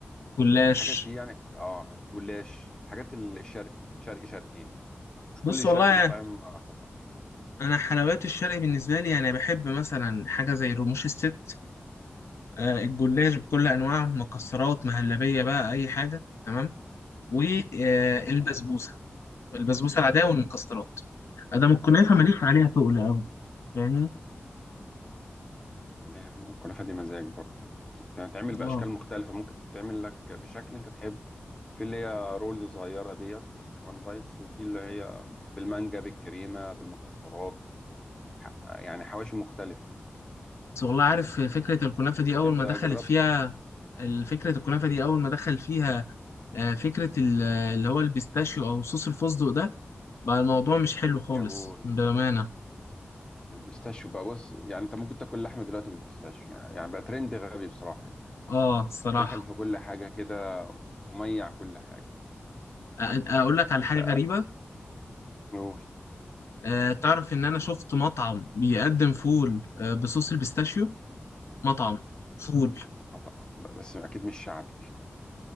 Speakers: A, on the left; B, on the left.
A: جلاش
B: الحاجات دي يعني اه جلاش الحاجات الشرقي شرقي شرقي يعني ومش
A: بص
B: كل الشرقي
A: والله
B: مطاعم احبها
A: انا حلويات الشرق بالنسبة لي يعني بحب مثلا حاجة زي رموش الست آه، الجلاش بكل انواعه مكسرات مهلبية بقى اي حاجة تمام والبسبوسة
B: تمام
A: البسبوسة العادية والمكسرات ادام الكنافة ماليش عليها تقل فاهمني
B: ليه الكنافة دي مزاج برضو يعني بتتعمل
A: اه
B: بأشكال مختلفة ممكن تتعمل لك بشكل أنت تحبه في اللي هي رولز صغيرة ديت وان بايتس وفي اللي هي بالمانجا بالكريمة بالمكسرات ح- يعني حواشي مختلفة
A: بس والله
B: تمام
A: عارف فكرة الكنافة دي أول
B: أنت
A: ما دخلت
B: جربت
A: فيها فكرة الكنافة دي أول ما دخل فيها آه، فكرة ال- اللي هو البيستاشيو أو صوص الفستق ده بقى الموضوع مش حلو خالص
B: يا بو
A: بأمانة
B: البيستاشيو بقى بص يعني أنت ممكن تاكل لحمة دلوقتي بالبيستاشيو يعني يعني بقى ترند غبي بصراحة يعني
A: اه الصراحة
B: دخل في كل حاجة كده وميع كل حاجة
A: أ- أقول لك على
B: أنت
A: حاجة غريبة
B: قول
A: آه، تعرف إن أنا شفت مطعم بيقدم فول آه، بصوص البيستاشيو مطعم فول
B: مط- بس أكيد مش شعبي